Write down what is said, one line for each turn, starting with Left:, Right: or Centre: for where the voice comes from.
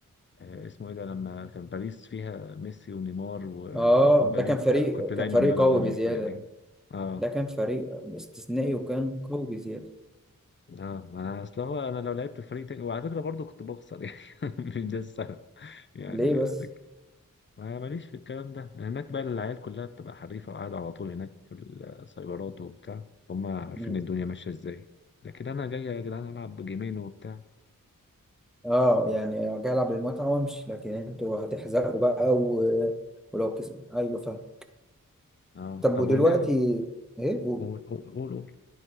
Left: آه، اسمه إيه ده لما كان باريس فيها ميسي ونيمار و-
Centre: اه
Left: ومبابي
Centre: ده كان
Left: وبتاع
Centre: فريق
Left: كنت دايما
Centre: كان فريق
Left: بلعب
Centre: قوي
Left: أنا
Centre: بزياده
Left: بالفرق دي أه
Centre: ده كان فريق استثنائي وكان قوي بزيادة
Left: اه انا اصل هو انا لو لعبت في فريق تاني وعلى فكره برضو كنت بخسر يعني <laughs> مش ده السبب يعني
Centre: ليه بس؟
Left: لك ما ماليش في الكلام ده هناك بقى العيال كلها بتبقى حريفه وقاعده على طول هناك في السايبرات وبتاع هم عارفين
Centre: مم.
Left: الدنيا ماشيه ازاي لكن انا جاي يا جدعان العب جيمين وبتاع
Centre: اه يعني جاي العب بالمتعة وامشي لكن انتوا هتحزقوا بقى و... ولو كسب ايوه فاهم
Left: اه
Centre: طب
Left: طب
Centre: ودلوقتي
Left: واللاعب
Centre: ايه قول.
Left: قول قول قول قول.